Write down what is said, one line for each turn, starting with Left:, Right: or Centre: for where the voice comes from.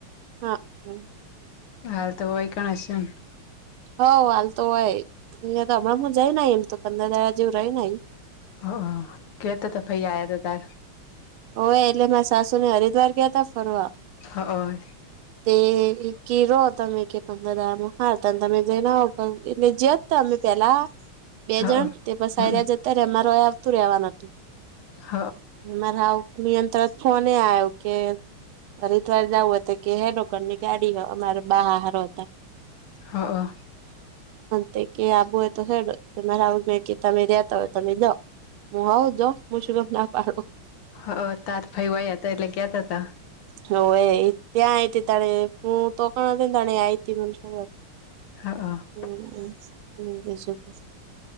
Right: હા હ
Left: હાલ તો હોય કણ હશે ન
Right: હઉ હાલ તો હોય અહંયા તો હમણાંમાં જય ન એમ તો પંદર દધા જેવું રઈ ન આઈ
Left: હ કેતો તો ફઈ આયા તા તાર
Right: હોએ એટલે માર સાસુને એ હરિદ્વાર ગ્યા તા ફરવા
Left: હ
Right: તે એકકી રો ત મે કે પંદર દારામ હાર તા તમે જઈને આવો ત્યાર તે અમે જ્યાં તા અમે પેહલા બે
Left: હ
Right: જણ તે પસાયેલા્યા
Left: હમ
Right: જ ત્યારે અમાર અય આવતું રેવાન હતું
Left: હ
Right: મારા નિય તરત ફોન આવ્યો કે હરિદ્વાર જાવું હત કે હેલોકર ની ગાડી હ અમાર બહાર હતા
Left: હ અ
Right: તે કે આવું હોય તો ખેરા આવું કે તમે રતા હોય તમે જાઓ હું હ જા મ શુંધ ના પાું
Left: હ તત ફાઈ વાઈ હતા એટલે ગયાતા તા
Right: હ એ ત્યાં આતી તણે હું તો કણ હતીને તણી આયતી મર
Left: હા હ
Right: હમમ હ બજકો